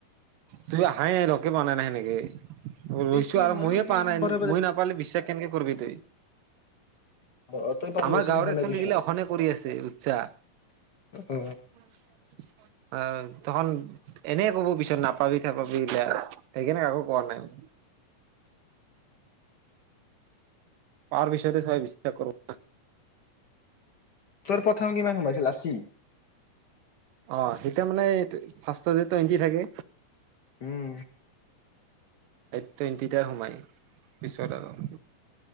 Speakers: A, on the right; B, on the left.
A: তইতো হাই নাই লগে পোৱা নাই সেনেকে। ৰৈছো
B: এই কি
A: আৰু
B: মই
A: ময়ে
B: দেখোন সেই
A: পোৱা
B: সম্পদে
A: নাই ময় নাপালে বিশ্বাস কেনেকে কৰিববি তই।
B: অ অ তই পাব
A: আমাৰ
B: বেছি
A: গাঁৱৰে
B: দেখা
A: চলি
B: নাই বুইছা
A: গিলা অখনে কৰি আছে উৰুচ্চাহ
B: অ
A: আহ ত। এনে ক'ব বিচাৰাৰে। ত নাপাবি থাপাবিলাক সেইকাৰনে কাকো কোৱা নাই ম পাৰ বিষয়তে চবাই বিশ্বাস কৰ
B: তোৰ প্ৰথম কিমান সোমাইছিল আশি
A: অ এতিয়া মানে ফাৰ্ষ্ট যে টুৱেণ্টি থাকে
B: উম
A: টুৱেণ্টি সোমাই পিছত আৰ